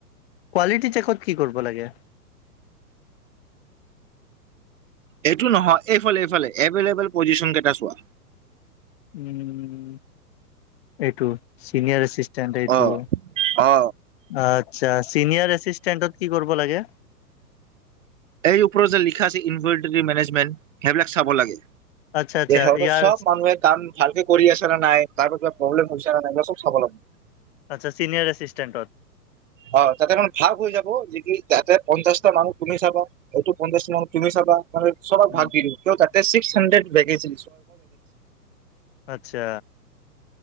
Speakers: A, on the left; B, on the right.
A: কোৱালিটি কি কৰিব লাগে।
B: এইটো নহয় এইফালে এইফালে এভেইলেবেল পজিশন কেইটা চোৱা।
A: উম এইটো। চিনিয়ৰ এচিষ্টেণ্ট এইটো
B: অ
A: আচ্ছা
B: অ
A: চিনিয়ৰ এচিষ্টেণ্টয় কি কৰ কৰিব লাগে
B: এই ওপৰত যে লিখা আছে ইনভলিটী মেনেজমেণ্ট সেইবিলাক চাব লাগে।
A: আচ্ছা আচ্ছা
B: ত
A: ইয়াৰ
B: চব মানুহে কাম ভালকে কৰি আছে নে নাই তাৰ পৰা কিবা প্ৰব্লেম হৈছে ন নাই কিবা চব চাব লাগব
A: আচ্ছা চিনিয়ৰ এচিষ্টেণ্টত
B: অ তাতে মানে ভাগ হৈ যাব য কি তাতে পঞ্চাছটা মানুহ তুমি চাবা। এইটো পঞ্চাশ মানু তুমি চাবা। চবক
A: উম
B: ভাগ দি দ কিয় তাকে ছিক্স হানড্ৰেড ভেকেঞ্চি
A: আচ্ছা